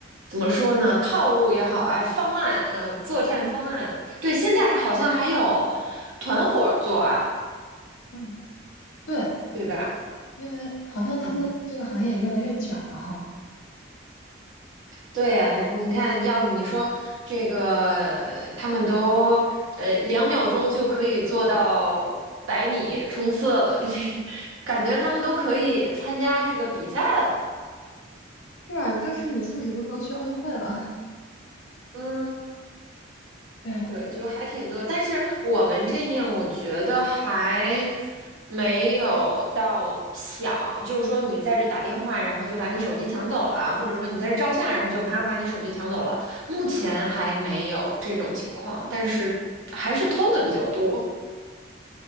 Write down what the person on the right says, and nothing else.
怎么说呢？套路也好啊，方案，嗯，作战方案。
对，现在好像还有团伙作案，
对吧？
嗯，对呀，你看，要你说这个，呃他们都呃两秒钟就可以做到百米冲刺了，<laughs> 感觉他们都可以参加这个比赛了。
嗯，
对，就还挺多，但是我们这面我觉得还
没有到抢，就是说你在这打电话，
然后就把你手机抢走了，或者说你在这照相，
然后就啪把你手机抢走了，目前还没有这种情况，但是还是偷的比较多。